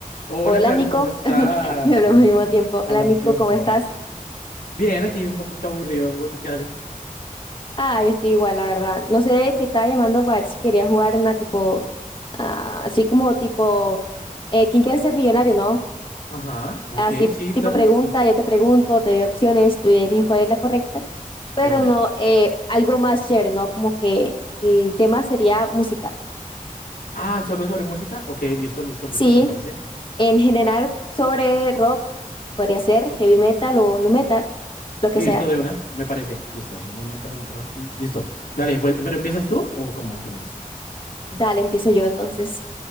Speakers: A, on the left; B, on the left.
A: Hola,
B: Hola
A: Cari,
B: Nico,
A: ¿cómo estás?
B: <laughs> me hablamos
A: Mira,
B: al mismo
A: <laughs>
B: tiempo.
A: habla
B: Hola Nico,
A: un tiempo.
B: ¿cómo estás?
A: Bien, aquí un poquito aburridongo, ¿tú qué haces?
B: Ah, yo estoy igual, la verdad. No sé, te estaba llamando para ver si querías jugar una tipo, ah, así como tipo, eh, ¿quién quiere ser millonario, no?
A: Ajá, ok,
B: Así
A: sí,
B: tipo
A: claro,
B: pregunta,
A: de,
B: yo te pregunto, te doy opciones, tú eliges cuál es la correcta, pero
A: de una.
B: no, eh, algo más chévere, ¿no? Como que el tema sería música.
A: Ah, ¿solo sobre música? Ok, listo, listo, listo,
B: Sí,
A: me parece.
B: en general sobre rock, podría ser heavy metal o nu metal, lo que
A: Listo,
B: sea.
A: de una, me parece, listo. No metal, rock y... Listo. Dale, pues, ¿pero empiezas tú o cómo hacemos?
B: Dale, empiezo yo entonces.